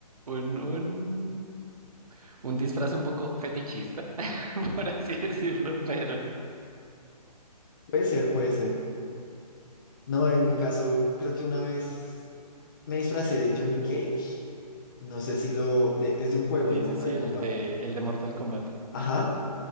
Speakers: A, on the right; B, on the left.
A: Un, un un disfraz un poco fetichista, <laughs> por así decirlo, pero
B: Puede ser, puede ser. No, en mi caso, creo que una vez me disfracé de Johnny Cage. No sé si lo... de- es de un juego
A: sí,
B: de Mortal
A: sí, sí, el
B: Kombat.
A: de, el de Mortal Kombat.
B: Ajá.